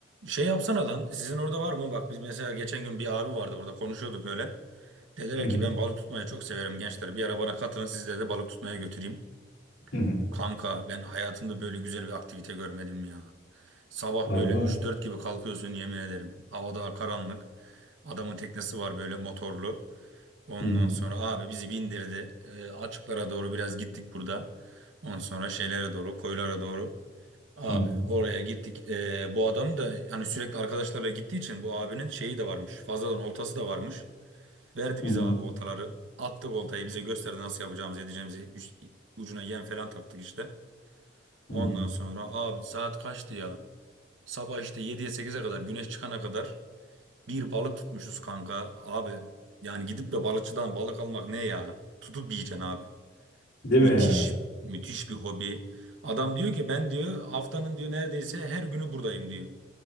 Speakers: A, on the right; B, on the left.
A: Şey yapsana lan. Sizin orada var mı? Bak biz mesela geçen gün bir abi vardı burada. Konuşuyorduk öyle. Dediler
B: Hı hı,
A: ki ben balık tutmayı çok severim gençler. Bir ara bana katılın sizi de balık tutmaya götüreyim.
B: hı hı.
A: Kanka ben hayatımda böyle güzel bir aktivite görmedim ya. Sabah
B: Harbi
A: böyle üç
B: mi?
A: dört gibi kalkıyorsun yemin ederim. Havada karanlık. Adamın teknesi var böyle motorlu. Ondan
B: Hı hı,
A: sonra abi bizi bindirdi. Ee, açıklara doğru biraz gittik burada. Ondan sonra şeylere doğru, koylara doğru. Abi
B: hı hı,
A: oraya gittik. Ee, bu adam da hani sürekli arkadaşlarla gittiği için bu abinin şeyi de varmış. Fazladan oltası da varmış. Verdi
B: hı
A: bize
B: hı,
A: abi oltaları. Attık oltayı bize gösterdi nasıl yapacağımızı edeceğimizi. Üç- ucuna yem falan taktık işte. Ondan
B: hı hı.
A: sonra abi saat kaçtı ya? Sabah işte yediye sekize kadar güneş çıkana kadar bir balık tutmuşuz kanka. Abi yani gidip de balıkçıdan balık almak ne ya? Tutup yiyeceksin abi.
B: Değil
A: Müthiş
B: mi ya?
A: müthiş bir hobi. Adam diyor ki ben diyor haftanın diyor neredeyse her günü buradayım diyor.